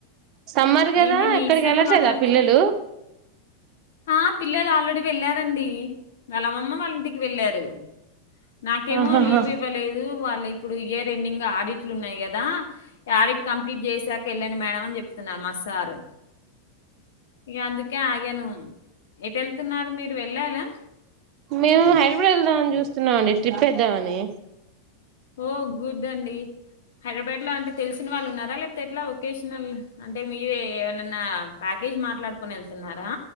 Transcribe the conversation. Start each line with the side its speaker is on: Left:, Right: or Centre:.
Right: సమ్మర్ కదా
Left: ఏంటి నీరసంగా
Right: ఎక్కడికి వెళ్ళట్లేదా
Left: మాట్లాడుతున్నా
Right: పిల్లలు
Left: ఆ పిల్లలు ఆల్రెడీ వెళ్లారండి ఏ వాళ్ళమ్మ వాళ్ళ ఇంటికి వెళ్ళారు నాకేమో
Right: ఆహాహా
Left: లీవ్ ఇవ్వలేదు వాళ్ళ ఇప్పుడు ఇయర్ ఎండింగ్ ఆడిట్లు ఉన్నాయి కదా ఆడిట్ కంప్లీట్ చేసాక వెల్లండి మేడం అని చెప్తున్నారు మా సారు ఇంకా అందుక కే ఆగాను ఎటు వెళ్తున్నారు మీరు వెళ్ళాలా
Right: మేము హైదరాబాద్ వెలదామని చూస్తున్నామ అండి ట్రిప్ వేదమని
Left: ఓ గుడ్ ఇదండి హైదరాబాద్ లో అంటే తెలిసిన వాళ్ళు ఉన్నారా లేకపోతే ఎట్లా వొకేషనల్ అంటే మీరే అన్న ప్యాకేజీ మాట్లాడుకొని వెళ్తున్నారా